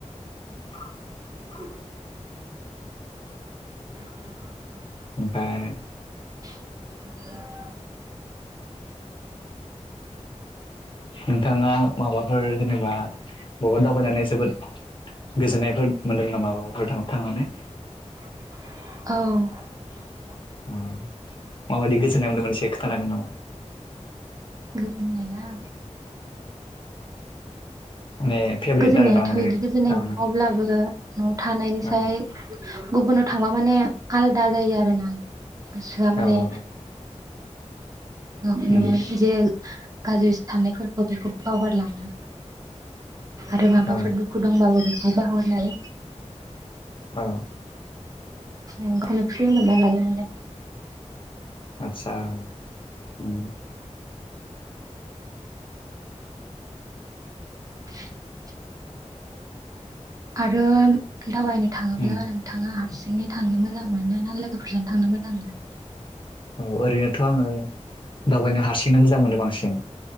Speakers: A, on the left; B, on the right.
A: <unintelligible>
B: <inaudible>
A: ओमफाय
B: <unintelligible>
A: नोंथाङा माबाफोर जेनेबा बबबा दावबायनानै जोबोद गोजोननायफोर मोनदों नामा बबाफोर थां-थांनानै
B: <unintelligible> औ
A: उय माबायदि गोजोननाय मोनदों मोन एसे खोनथानो हागोन नामा
B: गोजोननाया
A: माने फेभरेट
B: गोजोननायाथ
A: आरो ना माने
B: इदि गोजोननाय
A: थारमाने
B: नोंङा अब्लाबो नआव थानायनिसाय
A: औ
B: गुबुनाव थांबा माने आलादा जायो आरो ना गोसोआ
A: औ
B: माने
A: औ
B: न
A: उम।
B: जेल गाज्रि साननायफोरखौ बेखौ बावगारलाङो आरो माबाफोर
A: औ
B: दुखु दंबाबो खबा हरनाय
A: अ
B: ओंखायनो फ्रि मोनना लायो माने
A: आदसा उम
B: <unintelligible> आरो दावबायनो थांङोब्ला
A: उम
B: नोंथाङा हारसिंङै थांनो मोजां मोनो ना लोगोफोरजों थांनो मोजां मोनो
A: औ ओरैनोथ आंङो दावबायनो हारसिंनो मोजां मोनो बांसिन